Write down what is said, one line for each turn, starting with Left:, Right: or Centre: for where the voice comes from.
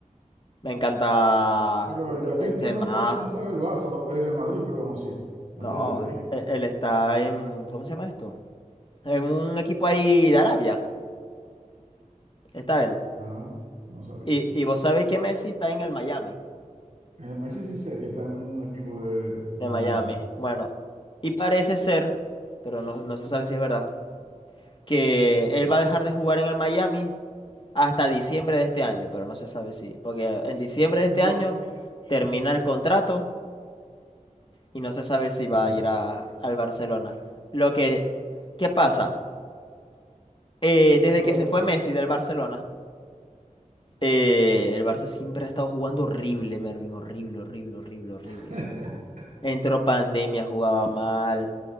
Left: Me encanta
Right: claro. Pero ya Cristiano
Left: Benzema.
Right: no está, no está en el Barça, o- en el Madrid, perdón, o sí. No,
Left: No,
Right: ya no está ahí.
Left: e- él está en, ¿cómo se llama esto? En un equipo ahí de Arabia. Está él.
Right: Ah, no sabía.
Left: Y, y vos sabéis que Messi está en el Miami.
Right: El Messi sí sé que está en un equipo de, de
Left: de Miami.
Right: Miami.
Left: Bueno, y parece ser, pero no, no se sabe si es verdad, que él va a dejar de jugar en el Miami hasta diciembre de este año, pero no se sabe si, porque en diciembre de este
Right: No,
Left: año termina el contrato y no se sabe si va
Right: ya.
Left: a ir a- al Barcelona. Lo que, ¿qué pasa? Eh, desde
Right: Pero,
Left: que se fue Messi del Barcelona, eh, el Barça siempre ha estado jugando horrible, Mervin, horrible, horrible, horrible, horrible.
Right: <laughs>
Left: Entró pandemia, jugaba mal.